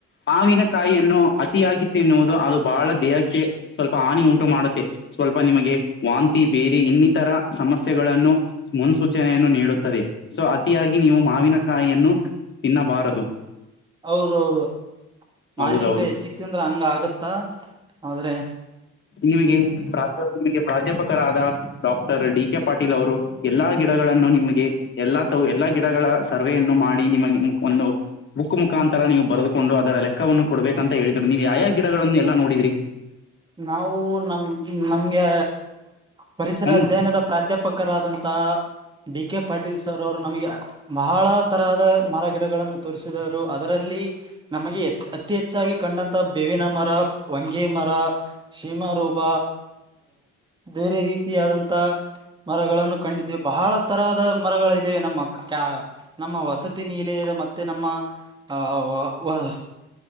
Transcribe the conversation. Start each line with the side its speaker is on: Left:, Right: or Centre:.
Left: ಮಾವಿನ ಕಾಯಿಯನ್ನು ಅತಿಯಾಗಿ ತಿನ್ನುವುದು ಅದು ಬಹಳ ದೇಹಕ್ಕೆ ಸ್ವಲ್ಪ ಹಾನಿ ಉಂಟು ಮಾಡುತ್ತೆ. ಸ್ವಲ್ಪ ನಿಮಗೆ ವಾಂತಿ ಬೇದ ಇನ್ನಿತರ ಸಮಸ್ಯೆಗಳನ್ನು ಮುನ್ಸೂಚನೆಯನ್ನು ನೀಡುತ್ತುತ್ತದೆ ಸೊ ಅತಿಯಾಗಿ ನೀವು ಮಾವಿನಕಾಯಿಯನ್ನು ತಿನ್ನಬಾರದು
Right: ಹೌದೌದು ಮಾನ್ಯಿಕ
Left: ಹೌದೌದು
Right: ಹೆಚ್ಚಿಕ್ ಅಂದ್ರ ಹಂಗ ಆಗತ್ತ ಆದ್ರೆ
Left: ಇವಿಗೆ
Right: ಹ್ಮ್
Left: ಪ್ರಾಧ ಇವಿಗೆ ಪ್ರಾಧ್ಯಾಪಕರಾದ ಡಾಕ್ಟರ್ ಡಿ ಕೆ ಪಾಟೀಲ್ ಅವರು ಎಲ್ಲಾ ಗಿಡಗಳನ್ನು ನಿಮಗೆ ಎಲ್ಲಾ ತ ಎಲ್ಲಾ ಗಿಡಗಳ ಸರ್ವೆಯನ್ನು ಮಾಡಿ ನಿಮಗೆ ಒಂದು ಮುಖಕ್ಕ ಮುಖಾಂತರ ನೀವು ಬರೆದುಕೊಂಡು ಅದರ ಲೆಕ್ಕವನ್ನು ಕೊಡ್ಬೇಕ ಅಂತ ಹೇಳಿದ್ರ ನೀವು ಯಾಯ ಗಿಡಗಳಗಳನ್ನು ಎಲ್ಲ ನೋಡಿದ್ರಿ
Right: ನಾವು ನಮ ನಮ್ಗೆ ಪರಿಸರ
Left: ಒಂದ್
Right: ಅಧ್ಯಯನದ ಪ್ರಾಧ್ಯಾಪಕರಾದಂತಹ ಡಿ ಕೆ ಪಾಟ ಪಟೀಲ್ ಸರ್ ಅವರು ನಮಗೆ ಬಹಳ ತರಹದ ಮರಗಿಡಗಳನ್ನು ತೋರಿಸರು ಅದರಲ್ಲಿ ನಮಗೆ ಅತಿ ಹೆಚ್ಚಾಗಿ ಕಂಡಂತ ಬೇವಿನ ಮರ ಮಂಗಗೆ ಮರ ಸೀಮಾರೋಪ ಬೇರೆ ರೀತಿಯಾದಂತ ಮರಗಳನ್ನು ಕಂಡಿದ್ದ ಬಹಳ ತರಹದ ಮರಗಳ ಇದ್ದೆ ನಮ್ಮ ಕ ನಮ್ಮ ವಸತಿ ನಿಲಯದ ಮತ್ತೆ ನಮ್ಮ ಆ